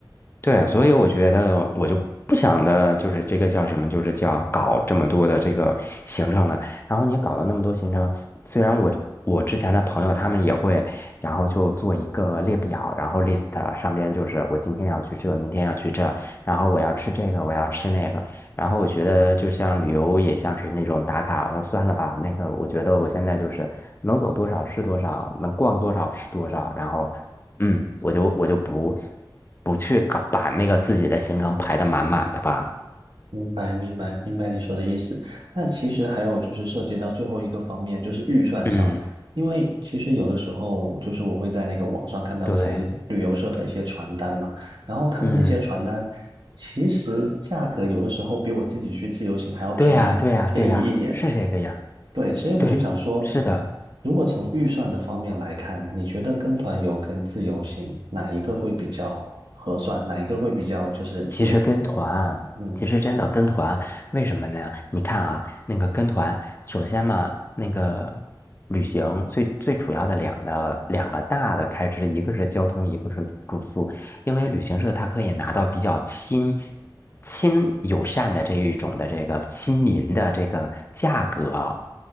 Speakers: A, on the left; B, on the right.
A: 对，所以我觉得我就不想的，就是这个叫什么，就是叫搞这么多的这个行程了。然后你搞了那么多行程，虽然我我之前的朋友他们也会，然后就做一个列表，然后 list 上边就是我今天要去这，明天要去这，然后我要吃这个，我要吃那个。然后我觉得就像旅游也像是那种打卡，呃算了吧，那个我觉得我现在就是能走多少是多少，能逛多少是多少，然后。嗯，我就我就不不去搞把那个自己的行程排的满满的吧。
B: 明白，明白，明白你说的意思。那其实还有就是涉及到最后一个方面，就是预算上。
A: 嗯，
B: 因为其实有的时候，就是我会在那个网上看到一些旅游社的一些传单嘛，
A: 对，
B: 然后他们那些传单其实价格有的时候比我自己去自由行还要便宜便宜一点。
A: 嗯，对呀，对呀，对呀，是这个呀，
B: 对，所以我就想说，
A: 对，是的。
B: 如果从预算的方面来看，你觉得跟团游跟自由行哪一个会比较合算？哪一个会比较就是你还
A: 其实跟团，
B: 嗯
A: 其实真的跟团，为什么呢？你看啊，那个跟团，首先嘛，那个旅行最最主要的两个两个大的开支，一个是交通，一个是住宿。因为旅行社它可以拿到比较亲亲友善的这一种的这个亲民的这个价格啊，